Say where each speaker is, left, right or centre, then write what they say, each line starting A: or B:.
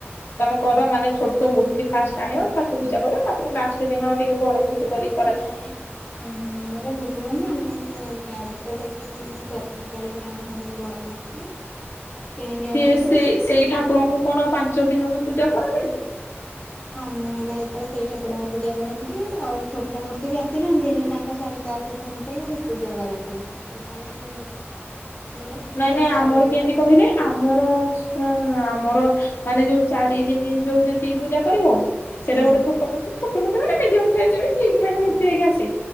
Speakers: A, on the left; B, on the left.
A: ତମେ କର, ମାନେ ଛୋଟ ମୂର୍ତ୍ତି ଫାଷ୍ଟ ଆଣିବ ତାକୁ ପୂଜା କର, ତାପରେ ଲାଷ୍ଟ ଦିନ ଟିକେ ବଡ଼ ମୂର୍ତ୍ତି କରି
B: ନାଇଁ, ଅହ। ଆମର ଏମିତି ନାହିଁ, ଆମେ ଡାଇରେକ୍ଟ ଏକାଥରେ ମୁ ପ୍ରଥମ ପାଳିରୁ ଆଣୁ ହାରି ବଡ ମୂର୍ତ୍ତି। କିଣିକି
A: ସିଏ,
B: ଆଣୁ ଭାରି
A: ସେଇ ସେଇ
B: ପୂଜା
A: ଠାକୁରଙ୍କୁ
B: କରୁ।
A: କଣ ପାଞ୍ଚ ଦୀନ ବି ପୂଜା କରାଯାଏ? <inaudible>
B: ମୁଁ ଆଣେ ଯେତେବେଳେ ସେଇ ଠାକୁରଙ୍କୁ ପୂଜା କରନ୍ତି, ଆଉ ଛୋଟ ମୂର୍ତ୍ତି ବି ଆସିଥାନ୍ତି, ହେଲେ ତାଙ୍କ ସହି ତ ଆସିଥାନ୍ତି, ପୂଜା କରନ୍ତି। ଆମ ଆଡେ଼, ମାନେ
A: ନାଇଁ
B: ଯେମିତି
A: ନାଇଁ ଆମର
B: ଅଲଗା
A: କେମିତି
B: ଆଡେ଼
A: କହିଲେ
B: ଅଛି।
A: <unintelligible> ଆମର ମାନେ ଯୋଉ ଚାରି ଦିନି ଯୋଉ ଯେତିକି ପୂଜା କରିବ?
B: ହୁଁ।
A: ସେଟା ଗୋଟେ ଛୋଟ ମୂର୍ତ୍ତି, ଛୋଟ ମୂର୍ତ୍ତି ମାନେ ମିଡି଼ୟମ ସାଇଜ୍ ରେ ଠିକ ଠାକ
B: ହୁଁ
A: ମୂର୍ତ୍ତି ହେଇକି ଆସେ,